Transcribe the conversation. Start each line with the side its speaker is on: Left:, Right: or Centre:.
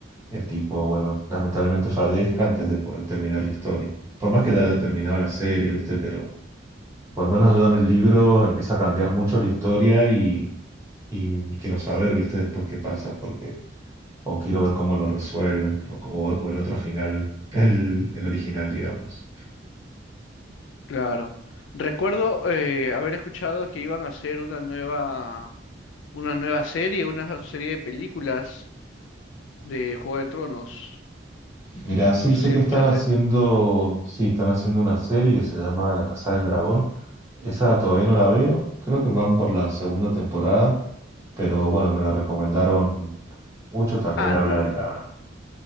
Right: el tipo, bueno, lamentablemente fallezca antes de poder terminar la historia. Por más que ya haya terminado la serie, ¿viste? Pero por lo menos yo en el libro empieza a cambiar mucho la historia y, y quiero saber, ¿viste? Después qué pasa, porque o quiero ver cómo lo resuelven, o, o- o el otro final, el, el original, digamos.
Left: Claro. Recuerdo eh, haber escuchado que iban a hacer una nueva, una nueva serie, una serie de películas de Juego de Tronos.
Right: Mira, sí,
Left: No
Right: sé
Left: sé si
Right: que
Left: escuchaste.
Right: están haciendo, sí, están haciendo una serie que se llama La Casa del Dragón. Esa todavía no la veo, creo que van por la segunda temporada, pero bueno, me la recomendaron mucho. También
Left: Ah,
Right: habla
Left: no,
Right: de la,